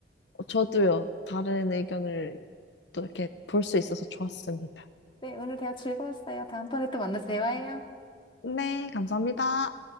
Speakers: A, on the left; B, on the left.
A: 어, 저도요, 다른 의견을 또 이렇게 볼 수 있어서 좋았습니다.
B: 네, 오늘 대화 즐거웠어요. 다음번에 또 만나서 대화해요.
A: 네, 감사합니다.